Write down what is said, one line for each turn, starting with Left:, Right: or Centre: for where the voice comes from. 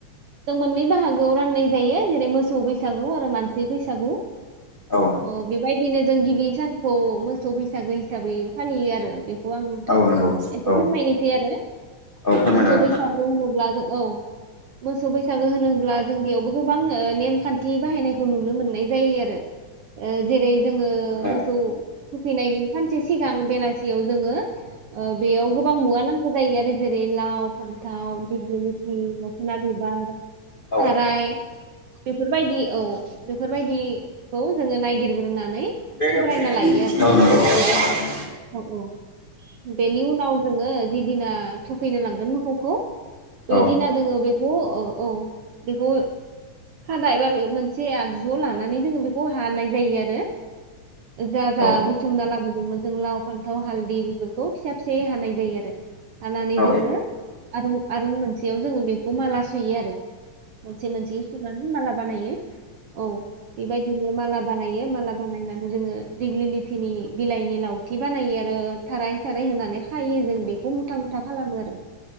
Right: जों मोननै बाहागोआव राननाय जायो जेरै मोसौ बैसागु आरो मानसि बैसागु
Left: औ
Right: अ बेबायदिनो जों गिबि सानखौ मोसौ बैसागो हिसाबै फालियो आरो बे खौ आं नोंथांनो
Left: औ नंगौ
Right: एसे
Left: औ
Right: फोरमायनोसै आरो
Left: औ फोरमायजागोन
Right: मोसौ बैसागु होनोब्ला औ मोसौ बैसागो होनोब्ला जों बेयावबो गोबां ओ नेमखान्थि बाहायनायखौ नुनो मोननाय जायो आरो ओ जेरै जोङो
Left: औ
Right: मोसौ थुखैनायनि सानसे सिगां बेलासियाव जोङो ओ बेयाव गोबां मुवा नांगौ जायो आरो जेरै लाव फान्थाव दिग्लिलिथि मोखोना बिबार
Left: औ
Right: थाराय बेफोरबायदि औ बेफोरबायदिखौ जोङो नायगिरग्रोनानै
Left: <unintelligible>
Right: थुब्रायना लायो आरो बेलासि औ औ बेनि उनाव जोङो जिदिना थुखैनो लांगोन मोसौखौ बैदिना
Left: औ
Right: जोङो बेखौ औ औ बेखौ खादा एबा बे मोनसे आगजुआव लानानै जोङो बेखौ हानाय जायो आरो जा जा
Left: औ
Right: बुथुमना लाबोदोंमोन जों लाव फान्थाव हालदै बेफोरखौ फिसा फिसायै हानाय जायो आरो हानानै
Left: औ
Right: जोङो आरो आरो मोनसेयाव जोङो बेखौ माला सुयो आरो मोनसे मोनसे सुनानै माला बानायो औ बेबायदिनो माला बानायो माला बानायनानै जोङो दिग्लिलिथिनि बिलाइनि लावथि बानायो आरो थाराय साराय होनानै खायो जों बेखौ मुथा मुथा खालामो आरो